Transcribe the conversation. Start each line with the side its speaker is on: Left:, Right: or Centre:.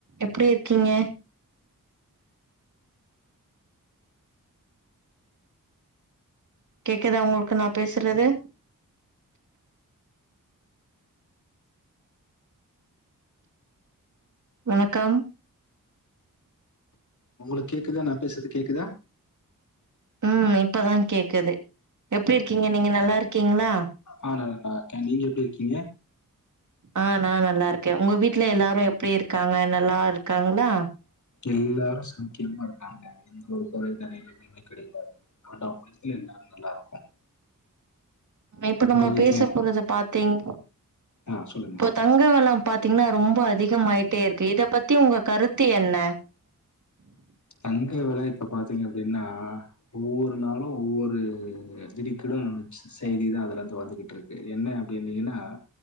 Right: எப்டி இருக்கீங்க கேக்குதா உங்களுக்கு நா பேசுறது வணக்கம்
Left: ஒங்களுக்கு கேக்குதா நா பேஸ்றது கேக்குதா
Right: ம் இப்பதா கேக்குது எப்டி இருக்கீங்க நீங்க நல்லா இருக்கீங்களா
Left: ஆ நல்லாக்க நீங்க எப்டி இருக்கீங்க
Right: ஆ நா நல்லா இருக்க ஒங்க வீட்ல எல்லாரு எப்டி இருக்காங்க நல்லா இருக்காங்களா
Left: எல்லாரும் சாவுக்கியமா இருக்காங்க எந்த ஒரு கொறயு வேறல்ல அப்டி கெடையாது ஆண்டவன் புண்ணித்துல எல்லாரு நல்லா இருக்கும்
Right: இப்ப
Left: உங்க
Right: நம்ம
Left: வீட்ல
Right: பேச போறது பாத்தீங்
Left: ஆ சொல்லுங்க
Right: இப்போ தங்க வலம் பாத்தீங்கன்னா ரொம்ப அதிகமாயிட்டே இருக்கு இத பத்தி ஒங்க கருத்து என்ன <inaudible>
Left: தங்க வெல இப்ப பாத்தீங்க அப்டின்னா ஒவ்வொரு நாளு ஒவ்வொரு திடிக்கிடும் செய்தி தா அத வந்து வந்துகிட்டு இருக்கு என்ன அப்டினீங்கன்னா